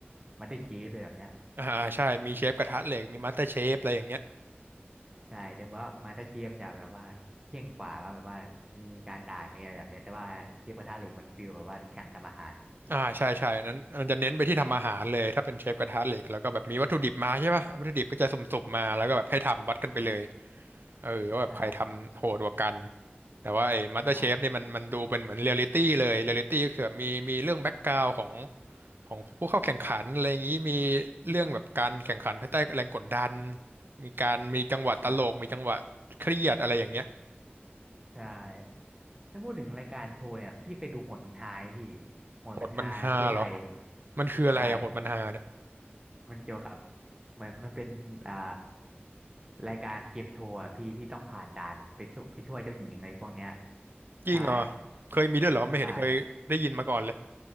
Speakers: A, on the right; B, on the right.
A: มาสเตอร์เชฟเลยแบบเนี้ย
B: อ่า ใช่ มีเชฟกระทะเหล็กมีมาสเตอร์เชฟอะไรอย่างเงี้ย
A: ใช่แต่ว่ามาสเตอร์เชฟมันจะแบบว่าเข่งกว่าว่าแบบว่ามีการด่ามีอะไรแบบเนี้ยแต่ว่าเชฟกระทะเหล็กมันฟีลแบบว่าแข่งทำอาหาร
B: อ่า ใช่ใช่อันนั้นมันจะเน้นไปที่ทำอาหารเลยถ้าเป็นเชฟกระทะเหล็กแล้วก็แบบมีวัตถุดิบมาใช่ป่ะวัตถุดิบก็จะสุ่มๆมาแล้วก็แบบให้ทำวัดกันไปเลย
A: อ่า
B: เออว่าแบบใครทำโหดกว่ากัน
A: ใช่
B: แต่ว่าไอ้มาสเตอร์เชฟเนี่ยมันมันดูเป็นเหมือนเรียลลิตี้เลยเรียลลิตี้ก็คือแบบมีมีเรื่องแบ็กกราวด์ของ
A: ใช่
B: ของผู้เข้าแข่งขันอะไรอย่างนี้มีเรื่องแบบการแข่งขันภายใต้แรงกดดันมีการมีจังหวะตลกมีจังหวะเครียดอะไรอย่างเงี้ย
A: ใช่ใช่ถ้าพูดถึงรายการโชว์เนี่ยพี่เคยดูโหนบันทายไหมพี่โหนบันทายประเทศไทย
B: โหดมันฮาเหรอมันคืออะไรอะโหดมันฮาเนี่ย
A: ใช่ มันเกี่ยวกับเหมือนมันเป็นอ่ารายการเกมโชว์อะพี่ที่ต้องผ่านด่านไปสู้ไปช่วยเจ้าหญิงอะไรพวกเนี้ย
B: จริงเหรอ
A: ใช่
B: เคยมีด้วยเหรอไม่เห็นเคยได้ยินมาก่อนเลย
A: ใช่